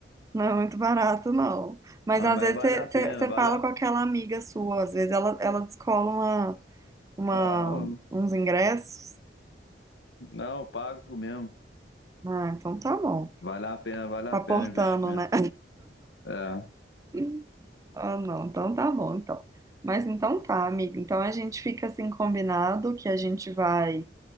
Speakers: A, on the right; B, on the left.
A: Não é muito barato, não. Mas
B: ah,
A: às
B: mas
A: vezes
B: vale
A: você
B: a pena,
A: você- você
B: vale
A: fala
B: a...
A: com aquela amiga sua, às vezes ela, ela descola uma, uma-
B: Não,
A: uns ingressos.
B: não, eu pago mesmo.
A: Ah, então tá bom.
B: Vale a pena, vale
A: Tá
B: a
A: portando,
B: pena o investimento.
A: né?
B: É,
A: <laughs> Ah, não, então tá bom, então. Mas então tá, amiga. Então a gente fica assim combinado que a gente vai